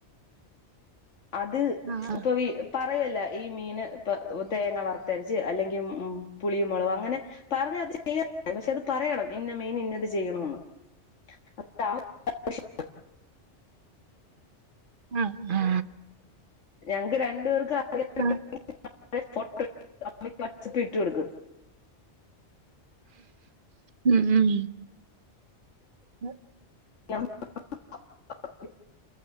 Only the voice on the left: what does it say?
അത്
ഇപ്പൊ വി പറയല്ല. ഈ മീന് ഇപ്പ തേങ്ങ വറത്തര്ച്ച് അല്ലെങ്കിൽ ഉ പുളിയും മുളകും അങ്ങനെ പറഞ്ഞ അത് ചെയ്യാം. പക്ഷെ അത് പറയണം ഇന്ന മീൻ ഇന്നത് ചെയ്യണന്ന്. അ താ ണ് പ്രശ് നം
ഞങ്ങക്ക് രണ്ടു പേർക്ക് ആ
<unintelligible> അമ്മയ്ക്ക് വാട്സ്ആപ്പി ഇട്ട് കൊടുക്കും
<unintelligible>